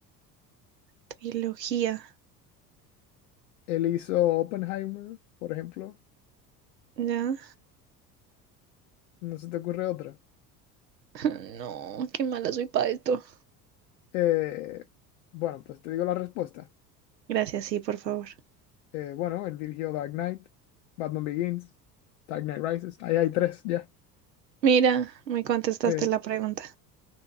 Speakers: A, on the right (about 85°); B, on the left (about 60°).
A: trilogía.
B: Él hizo Oppenheimer, por ejemplo.
A: ¿Ya?
B: ¿No se te ocurre otra?
A: <laughs> No, qué mala soy para esto.
B: Eh, bueno, pues te digo la respuesta.
A: Gracias, sí, por favor.
B: Eh, bueno, él dirigió Dark Knight, Batman Begins, Dark Knight Rises. Ahí hay tres ya.
A: Mira, me contestaste
B: Eh,
A: la pregunta.